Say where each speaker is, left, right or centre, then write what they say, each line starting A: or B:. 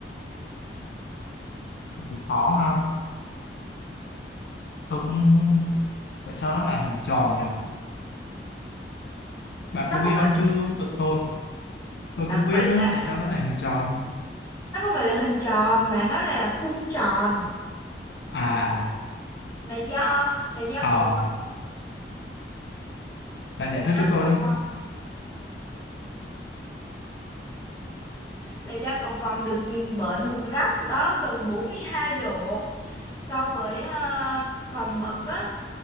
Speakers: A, on the left; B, on the left.
A: cũng khó ha tôi cũng tại sao nó lại hình tròn nhỉ bạn
B: Nó
A: có biết
B: không
A: không
B: phải
A: chứ tụi tôi tôi
B: nó
A: không
B: không
A: biết
B: phải
A: nữa
B: là
A: tại sao nó lại hình tròn
B: nó không phải là hình tròn mà nó là, là cung tròn
A: à
B: là do là do
A: à
B: cầu
A: ờ, bạn giải
B: là
A: thích
B: do
A: giúp tôi
B: cầu
A: đi
B: vồng là do cầu vồng được nhìn bởi một góc đó gần 42 độ so với ờ, vòng bậc á